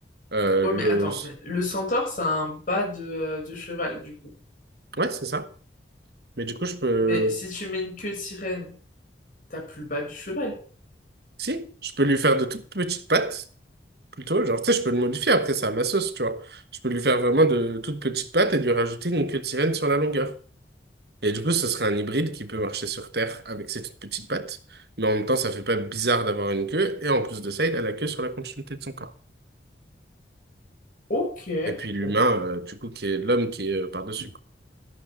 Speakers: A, on the right; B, on the left.
A: Euh,
B: Ouais,
A: le...
B: mais attends, mais le centaure, c'est un bas de, euh, de cheval, du coup.
A: Ouais, c'est ça. Mais du coup, je peux...
B: Mais si tu mets une queue de sirène, t'as plus le bas du cheval.
A: Si, je peux lui faire de toutes petites pattes. Plutôt, genre, tu sais, je peux le modifier après, c'est à ma sauce, tu vois. Je peux lui faire vraiment de toutes petites pattes et lui rajouter une queue de sirène sur la longueur. Et du coup, ce serait un hybride qui peut marcher sur Terre avec ses toutes petites pattes. Mais en même temps, ça fait pas bizarre d'avoir une queue. Et en plus de ça, il a la queue sur la continuité de son corps.
B: Ok,
A: Et puis l'humain,
B: bon,
A: euh, du coup, qui est l'homme qui est euh, par-dessus, quoi.